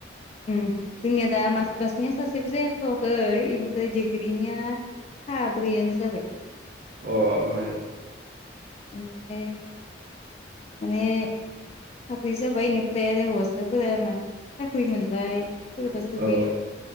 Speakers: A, on the left; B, on the right.
A: जोंनिया दा मासथास बिनिया सासेबो जायाथवाखै बेनिफ्राय डिग्रिनिया साब्रैआनो जाबाय।
B: अ ओम
A: बेनिफ्राय माने साब्रै जाबाय इनिफ्राय आरो हौवासाफोरा मा साख्रि मोनबाय। सोरबा सोरबि
B: औ